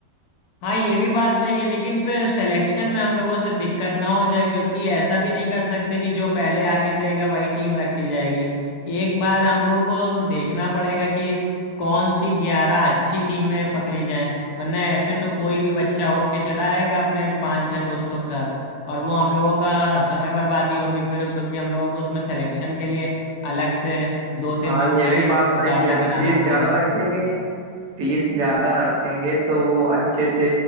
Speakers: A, on the left; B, on the right.
A: हाँ ये भी बात सही है लेकिन फिर सिलेक्शन में हम लोगों से दिक्कत ना हो जाए क्योंकि ऐसा भी नहीं कर सकते कि जो पहले आके देगा वही टीम रख ली जाएगी एक बार हम लोगों को देखना पड़ेगा कि कौन सी ग्यारह अच्छी टीमें पकड़ी जाएं वरना ऐसे तो कोई भी बच्चा उठ के चला आएगा अपने पांच छह दोस्तों के साथ और वो हम लोगों का समय बर्बादी होगी फिर क्योंकि हम लोगों को उसमें सिलेक्शन के लिए अलग से दो तीन
B: हाँ
A: दिन
B: ये
A: का
B: भी
A: एक
B: बात
A: मुकाबला
B: सही है
A: कराना
B: फीस
A: पड़ेगा
B: ज्यादा रखेंगे फीस ज्यादा रखेंगे तो वो अच्छे से